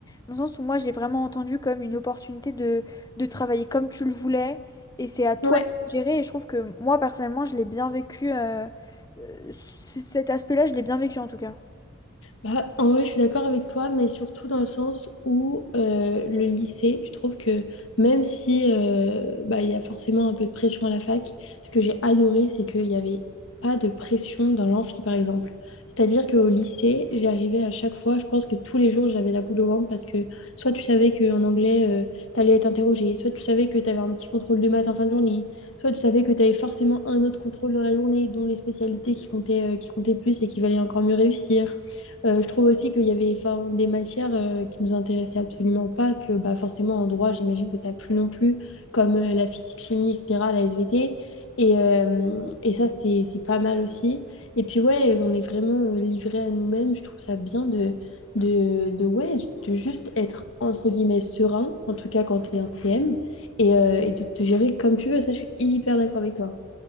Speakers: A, on the left; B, on the left.
A: dans le sens où moi, j'ai vraiment entendu comme une opportunité de, de travailler comme tu le voulais et c'est à toi
B: Ouais.
A: de gérer. Et je trouve que moi, personnellement, je l'ai bien vécu, euh, euh, c- cet aspect-là, je l'ai bien vécu en tout cas.
B: Bah, en vrai, je suis d'accord avec toi, mais surtout dans le sens où euh, le lycée, je trouve que même si euh, bah, il y a forcément un peu de pression à la fac, ce que j'ai adoré, c'est qu'il n'y avait pas de pression dans l'amphi, par exemple. C'est-à-dire qu'au lycée, j'arrivais à chaque fois, je pense que tous les jours, j'avais la boule au ventre parce que soit tu savais qu'en anglais, tu allais être interrogé, soit tu savais que tu avais un petit contrôle de maths en fin de journée, soit tu savais que tu avais forcément un autre contrôle dans la journée, dont les spécialités qui comptaient, euh, qui comptaient plus et qui valaient encore mieux réussir. Euh, je trouve aussi qu'il y avait enfin, des matières euh, qui nous intéressaient absolument pas, que bah, forcément en droit, j'imagine que tu n'as plus non plus, comme euh, la physique, chimie, etc., la SVT. Et, euh, et ça, c'est, c'est pas mal aussi. Et puis ouais, on est vraiment euh, livré à nous-mêmes. Je trouve ça bien de, de, de, ouais, de juste être, entre guillemets, serein, en tout cas quand tu es en TM, et, euh, et de te gérer comme tu veux. Ça, je suis hyper d'accord avec toi.